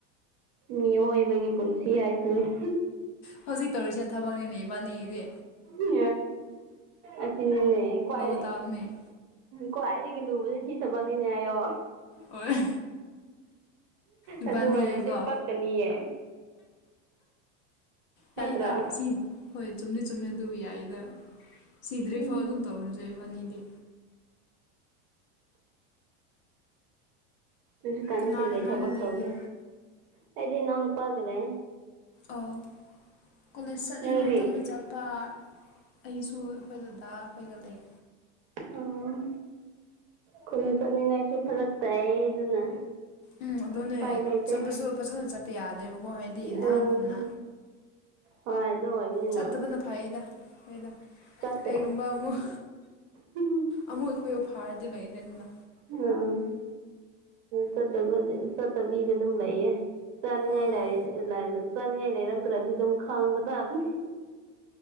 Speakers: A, on the right; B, on the left.
A: ꯃꯤꯑꯣꯏꯕꯒꯤ ꯄꯨꯟꯁꯤ ꯍꯥꯏꯁꯤꯅꯤ
B: ꯍꯧꯖꯤꯛ ꯇꯧꯔꯤꯁꯦ ꯊꯕꯛꯅꯤꯅꯦ ꯏꯕꯥꯅꯤꯒꯤꯗꯤ
A: ꯎ ꯑꯁꯤ ꯆꯅꯤꯅꯦ ꯀꯋꯥ
B: ꯇꯜꯅꯦ
A: ꯀꯣꯋꯥꯗꯒꯤ ꯂꯨꯕꯁꯦ ꯁꯤ ꯊꯕꯛꯅꯤꯅꯦ ꯍꯥꯏꯌꯣ
B: ꯍꯣꯏ ꯏꯕꯥꯅꯤꯒꯤꯀꯣ
A: ꯑꯗꯨ ꯑꯣꯏꯔꯗꯤ ꯄꯛꯀꯅꯤꯌꯦ
B: ꯌꯥꯏꯗ
A: ꯅꯠꯇ꯭ꯔꯣ
B: ꯁꯤ ꯍꯣꯏ ꯆꯨꯝꯗꯤ ꯆꯨꯝꯃꯦ ꯑꯗꯨꯕꯨ ꯌꯥꯏꯗ ꯁꯤꯗ꯭ꯔꯤꯐꯥꯎ
A: ꯎꯝ
B: ꯑꯗꯨꯝ ꯇꯧꯔꯁꯩꯕꯥꯅꯤꯗꯤ
A: ꯎ ꯀꯅꯤ
B: ꯀꯅꯥ
A: ꯀꯦꯒꯩ
B: ꯀꯅꯥꯒ
A: ꯊꯕꯛ
B: ꯂꯩꯒꯦ
A: ꯇꯧꯒꯦ ꯑꯩꯗꯤ ꯅꯅ ꯎ ꯄꯒꯗꯦ
B: ꯑꯣ ꯀꯣꯂꯦꯖ ꯆꯠꯅꯤꯡꯕ
A: ꯅꯪꯗꯤ
B: ꯃꯇꯝꯗ ꯆꯠꯄ ꯑꯩꯁꯨ ꯑꯩꯈꯣꯏ ꯑꯗꯨꯗꯥ ꯑꯩꯈꯣꯏꯒ ꯂꯩ
A: ꯎꯝ ꯈꯨꯟ ꯆꯠꯅꯤꯡꯉꯥꯏꯁꯨ ꯐꯔꯛ ꯇꯥꯏꯌꯦ ꯑꯗꯨꯅ
B: ꯎꯝ ꯑꯗꯨꯅꯦ
A: ꯎꯄꯥꯏ ꯂꯩꯇꯦ
B: ꯆꯠꯄꯁꯨ ꯐꯖꯅ ꯆꯠꯄ ꯌꯥꯗꯦꯕ ꯕ ꯍꯥꯏꯗꯤ
A: ꯎꯝ
B: ꯅꯟꯍꯥꯡꯒꯨꯝꯅ
A: ꯍꯣꯏ ꯑꯗꯨ ꯑꯣꯏꯕꯅꯤꯅ
B: ꯆꯠꯇꯕꯅ ꯐꯩꯌꯦꯗ ꯑꯩꯣꯏꯗ
A: ꯆꯠꯇꯦ
B: ꯀꯩꯒꯨꯝꯕ ꯑꯃꯨꯛ
A: ꯎꯝ
B: ꯑꯃꯨꯛ ꯑꯩꯈꯣꯏꯕꯨ ꯐꯥꯔꯗꯤ ꯂꯩꯔꯦꯗꯅ
A: ꯑꯝ ꯆꯠꯇ ꯆꯠꯇꯕꯤꯗ ꯑꯗꯨꯝ ꯂꯩꯌꯦ ꯆꯥꯅꯤꯡꯉꯥꯏ
B: ꯑꯣ
A: ꯂꯥꯏ ꯂ ꯆꯥꯅꯤꯡꯉꯥꯏ ꯂꯩꯥꯏꯔꯛꯇꯔ ꯑꯗꯨ ꯑꯗꯨꯝ ꯈꯥꯡꯒꯕꯙꯥꯕꯅꯤ